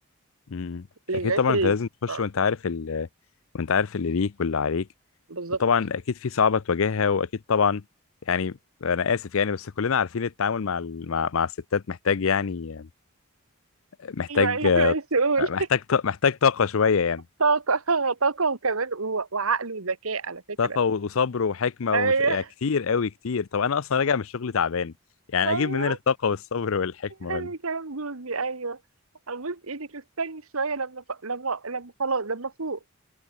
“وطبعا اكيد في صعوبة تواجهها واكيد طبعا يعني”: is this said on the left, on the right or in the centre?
Left